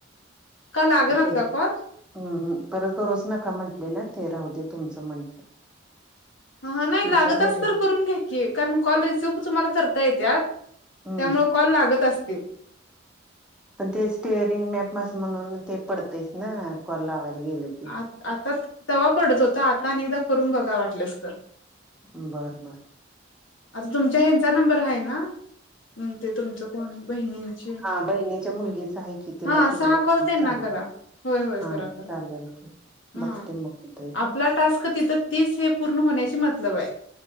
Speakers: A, on the left; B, in the centre.
A: का लागनात
B: ते परत
A: का कॉल
B: हम्म परत करूच नका म्हटले ना ते राहू दे तुमचं म्हंटले
A: ह नाही
B: विचारले
A: लागत असलं तर करून घ्या की कारण कॉल रिसीव तुम्हाला करता येत्यात
B: हम्म
A: त्यामुळे कॉल लागत असतील.
B: पण ते स्टिअरिंग मॅप मस म्हणून ते पडतेचं ना कॉल ल लावायला गेले की
A: आ आता तवा पडत होतं आता आणि एकदा करून बघा वाटलस तर
B: बरं बर
A: आता तुमच्या ह्यांचा नंबर आहे ना ते तुमचं कोण बहिणींची
B: हा बहिणीच्या मुलगीचा आहे की तीला
A: हा
B: केलं
A: सहा
B: तर
A: कॉल
B: मग
A: त्यांना
B: चालतंय
A: करा होय होय
B: हा
A: करा करा
B: चालंलं की
A: हा
B: बघते मग होतय
A: आपला
B: का
A: टास्क तिथं तीस हे पूर्ण होण्याशी मतलब हाय